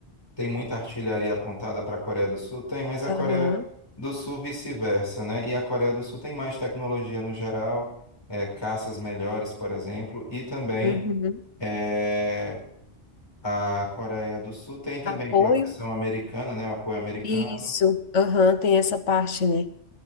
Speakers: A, on the left; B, on the left.
A: tem muita artilharia apontada para a Coreia do Sul? Tem, mas a
B: aham,
A: Coreia do Sul vice-versa, né? E a Coreia do Sul tem mais tecnologia no geral, é, caças melhores, por exemplo, e também
B: uhum.
A: é, a Coreia do Sul tem também
B: Apoio?
A: proteção americana, né? O apoio americano.
B: Isso, aham, tem essa parte, né?